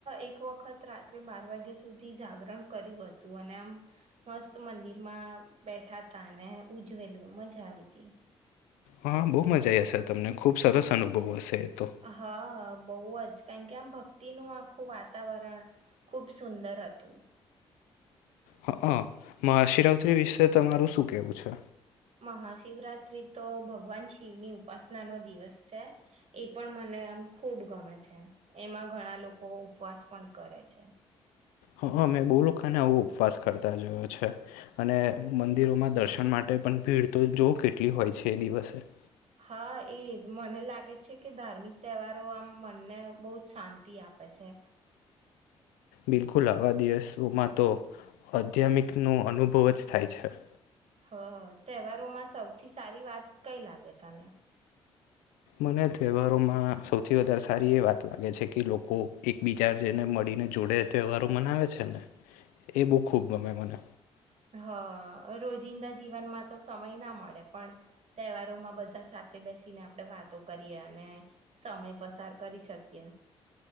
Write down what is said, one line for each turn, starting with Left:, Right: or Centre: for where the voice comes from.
Right: એક વખત રાત્રે બાર વાગ્યા સુધી જાગરણ કર્યું હતું અને આમ મસ્ત મંદિરમાં બેઠા હતા અને ઉજવેલું મજા આવી તી
Left: હા બહુ મજા આ હશે તમને ખુબ સરસ અનુભવ હશે તો
Right: હા બોહ જ કારણ કે આમ ભક્તિનું આખું વાતાવરણ ખુબ સુંદર હતું
Left: હ હ મહાશિવરાત્રી વિશે તમારું શું કેવું છે
Right: મહાશિવરાત્રી તો ભગવાન શિવની ઉપાસના નો દિવસ છે એ પણ મને આમ ખૂબ ગમે છે એમાં ઘણા લોકો ઉપવાસ પણ કરે છે
Left: હા મેં બહુ લોકોને આવો ઉપવાસ કરતા જોયો છે અને મંદિરોમાં દર્શન માટે પણ ભીડ તો જોવ કેટલી હોય છે એ દિવસે
Right: હા એજ મને લાગે છે કે ધાર્મિક તહેવારો આમ મનને બહુ જ શાંતિ આપે છે
Left: બિલકુલ આવા દિવસોમાં તો આધ્યામિકનો અનુભવ જ થાય છે
Right: હ તહેવારોમાં સૌથી સારી વાત કઈ લાગે તને
Left: મને તહેવારોમાં સૌથી વધારે સારી એ વાત લાગે છે કે લોકો એકબીજા જેને મળીને જોડે તહેવારો મનાવે છે ને એ બહ ખૂબ ગમે મને
Right: હ રોજિંદા જીવનમાં તો સમય ના મળે પણ તહેવારોમાં બધા સાથે બેસીને આપણેે વાતો કરીએ અને સમય પસાર કરી શકીએ